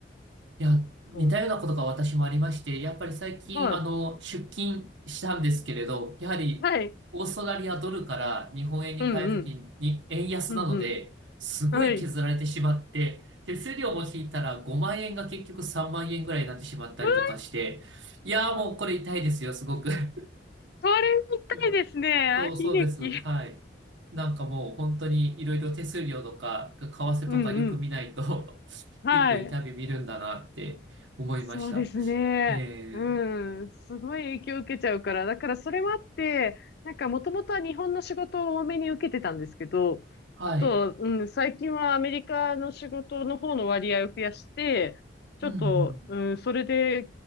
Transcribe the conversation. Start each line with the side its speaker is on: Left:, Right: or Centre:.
Right: いや、似たようなことが私もありまして、
Left: そうです。
Right: やっぱり最近、
Left: はい。
Right: あの、出勤したんですけれど、やはり、
Left: はい。
Right: オーストラリアドルから日本円に変えるときに、
Left: うんうん。
Right: 円安なので、
Left: うんうん。
Right: すごい削られてしまって、
Left: はい。
Right: 手数料も引いたら5万円が結局3万円ぐらいになってしまったりとかして、
Left: うわ、
Right: いやーもうこれ痛いですよ、すごく。<laughs>
Left: それみたいですね。
Right: いや
Left: あ悲劇。
Right: そう、そうです。はい。なんかもう本当にいろいろ手数料とか、為替とかよく見ないと
Left: うんうん。
Right: <laughs>
Left: はい。
Right: 結構痛み見るんだなって思いました。
Left: そうですね。
Right: えー、
Left: うん。すごい影響を受けちゃうから。だからそれもあって、なんかもともとは日本の仕事を多めに受けてたんですけど、
Right: はい。
Left: あと、うん、最近はアメリカの仕事の方の割合を増やして、ちょっと、
Right: うんうん。
Left: うん、それで